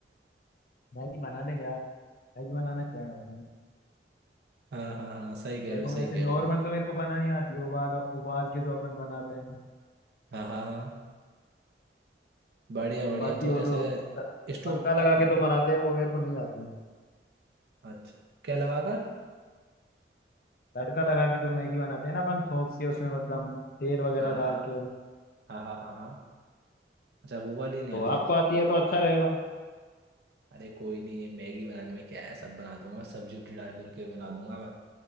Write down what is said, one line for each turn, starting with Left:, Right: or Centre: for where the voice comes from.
Left: मैगी बना लेंगे यार मैगी बनाना क्या है मतलब
Right: हाँ हाँ हाँ सही कह
Left: देखो
Right: रहे हो सही
Left: वैसे
Right: कह
Left: नॉर्मल
Right: रहे हो
Left: तो मेरे को बनानी आती है उबाल उबाल के जो अपन बनाते हैं
Right: हाँ हाँ हाँ बढ़िया बढ़िया
Left: बाकी
Right: तो
Left: वो
Right: जैसे
Left: जो तड़का
Right: स्टोव
Left: लगा
Right: हाँ
Left: के जो
Right: हाँ
Left: बनाते हैं वो मेरे को नहीं आती
Right: अच्छा क्या लगा कर
Left: तड़का लगा के जो मैगी बनाते हैं ना अपन थोक के उसमें मतलब तेल वगैरह
Right: हाँ
Left: डाल के
Right: हाँ हाँ हाँ हाँ अच्छा वो वाली नहीं
Left: तो
Right: आती है
Left: आपको
Right: तुम्हें
Left: आती है तो अच्छा रहेगा
Right: अरे कोई नहीं ये मैगी बनाने में क्या है सब बना दूंगा मैं सब्जी उब्जी डाल डूल के बना दूंगा मैं